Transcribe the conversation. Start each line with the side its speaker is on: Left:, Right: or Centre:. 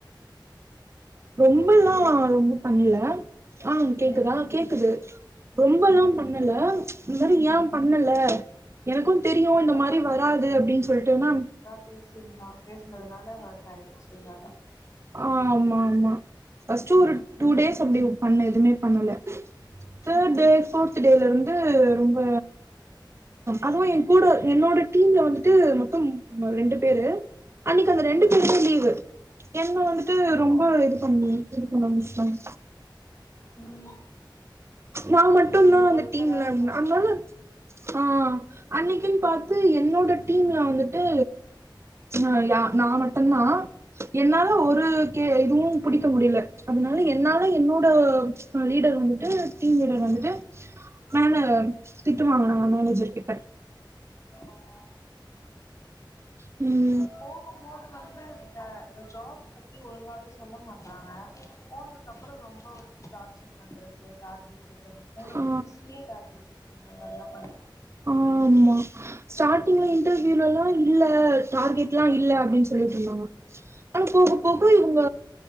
Right: ரொம்ப எல்லா
Left: கேக்குதா
Right: ரொம்ப பண்ல ஆ கேக்குதா
Left: ம்
Right: கே இது ரொம்பல்லா பண்ணல
Left: ம்
Right: இந்த மாரி ஏ பண்ணல எனக்கு தெரியு இந்த
Left: அதா
Right: மாதிரி வராது அப்டின்னு சொல்லிட்டு ஏன்னா
Left: பேசிருந்தா பேசுனதுனால ஹா்ட் ஆயிடுச்சுல்ல
Right: ஆமாமா ஃபஸ்ட் ஒரு டூ
Left: ம்
Right: டேஸ் அப்டி பண்ண எதுவுமே பண்ணல தேர்ட்
Left: ம்
Right: டே ஃபோர்த் டேல இருந்து ரொம்ப அதுவு என் கூட என்னோட டீம்ல வந்துட்டு மொத்த ரெண்டு பேரு அன்னக்கு அந்த ரெண்டு
Left: ம்
Right: பேருமே லீவு என்ன வந்துட்டு
Left: ஓ
Right: ரொம்ப இது பண்ணி இது பண்ண ஆரம்பிச்சிடாங்க
Left: ம்
Right: நா மட்டும்தா
Left: நீங்க
Right: அந்த
Left: ஒருத்தரா
Right: டீம்ல
Left: இருக்கவு
Right: இருந்த அதனால ஆ அன்னைக்குன்னு பாத்து என்னோட டீம்ல வந்துட்டு ஆ
Left: ம்
Right: ய நா மட்டு்தா என்னால
Left: ம்
Right: ஒரு கே இதுவு புடிக்க முடியல அதனால என்னால என்னோட லீடர் வந்துட்டு டீம் லீடர் வந்துட்டு மேல திட்டு வாங்கனு மேனேஜர் கிட்ட
Left: ஓ
Right: ம்
Left: போகும் போது வந்து இந்த ஜாப் பத்தி ஒழுங்காவே சொல்ல மாட்டறாங்க போனதுக்குப்புறோ ரொம்ப வந்து டார்சர் பண்றது டார்கெட் கேக்குறது போன
Right: ஆ
Left: புதுசுலயே டார்கெட்ல்லா <unintelligible>
Right: ஆமா ஸ்டார்டிங்ல இன்டர்வியூலல்லா இல்ல டார்கெட்ல்லா இல்ல அப்டின்னு சொல்லிட்டு இருந்தாங்க ஆ போக
Left: ம்
Right: போக இவுங்க